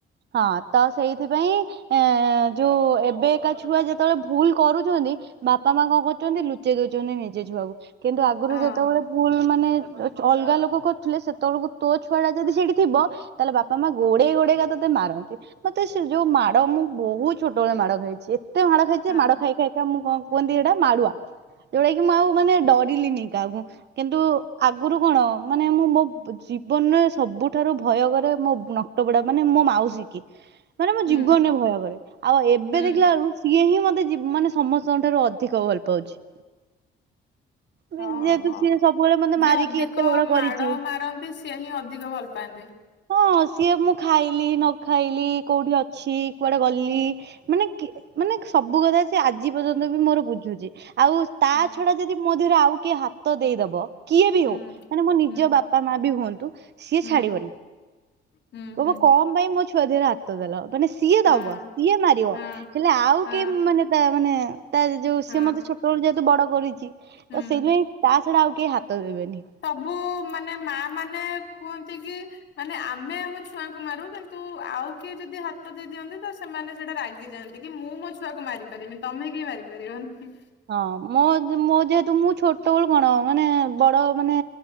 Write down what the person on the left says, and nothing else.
ହଁ
ହଁ
ହୁଁ
ହୁଁ
ହଁ ହଁ
ଯିଏ
ଅଧିକ
ମାଡ ମାରନ୍ତି ସିଏ ହିଁ ଅଧିକ ଭଲ ପାଆନ୍ତି।
ହୁଁ
ହୁଁ
ହୁଁ
ହୁଁ
ହୁଁ।
ହୁଁ
ହଁ
ହଁ
ହଁ
ହଁ
ହୁଁ
ସବୁ ମାନେ ମା ମାନେ କୁହନ୍ତି କି? ମାନେ ଆମେ ଆମ ଛୁଆଙ୍କୁ ମାରୁ କିନ୍ତୁ ଆଉ କିଏ ଯଦି ହାତ ଦେଇ ଦିଅନ୍ତି ତ ସେମାନେ ସେଟା ରାଗି ଯାଆନ୍ତି। ମୁଁ ମୋ ଛୁଆକୁ ମାର ପାରିମି ତମେ କେହି ମାରିପାରିବନି।